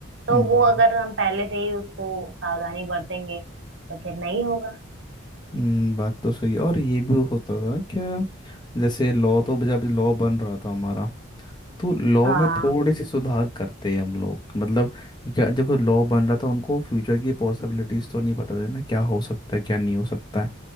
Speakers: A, on the right (about 60°); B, on the left (about 20°).
A: तो
B: हम्म
A: वो अगर हम पहले से ही उसको सावधानी बरतेंगे तो फिर नहीं होगा
B: हम्म, बात तो सही है और ये भी होता था क्या जैसे लॉ तो जब लॉ बन रहा था हमारा तो लॉ
A: हाँ
B: में थोड़े से सुधार करते हैं हम लोग मतलब क्या- देखो लॉ बन रहा था उनको फ्यूचर की पॉसिबिलिटीज तो नहीं पता थी ना क्या हो सकता है क्या नहीं हो सकता है